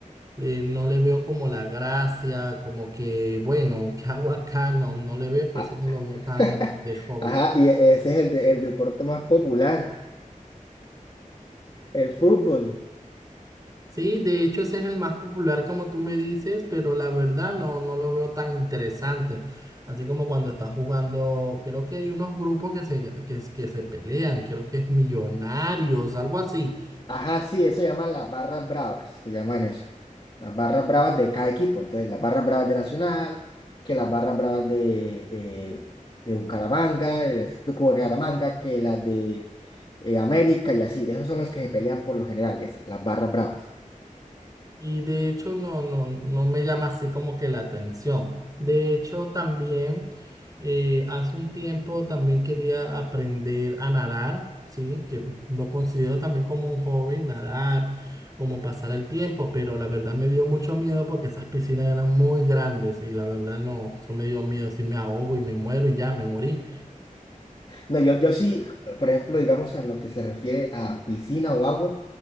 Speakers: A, on the right (about 25°); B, on the left (about 35°).
A: eh, no le veo como la gracia, como que, bueno, ¿qué hago acá? No, no le veo, por
B: Ah,
A: eso no lo veo tan
B: <laughs>
A: de hobby.
B: Ajá, y e- ese es el, de- el deporte más popular, el fútbol.
A: Sí, de hecho ese es el más popular como tú me dices, pero la verdad no, no lo veo tan interesante. Así como cuando estás jugando, creo que hay unos grupos que se, que, que se pelean, creo que es Millonarios, algo así.
B: Ajá, sí, eso se llaman las barras bravas, se llaman eso. Las barras bravas de cada equipo. Entonces, las barras bravas de Nacional, que las barras bravas de, eh, de Bucaramanga, del Atlético de Bucaramanga, que las de eh, América y así. Esos son los que se pelean por lo general, esas, las barras bravas.
A: Y de hecho no, no, no me llama así como que la atención. De hecho también eh, hace un tiempo también quería aprender a nadar, ¿sí? Que lo considero también como un hobby, nadar, como pasar el tiempo, pero la verdad me dio mucho miedo porque esas piscinas eran muy grandes y la verdad no, eso me dio miedo, si me ahogo y me muero y ya, me morí.
B: No, yo, yo sí, por ejemplo, digamos en lo que se refiere a piscina o agua,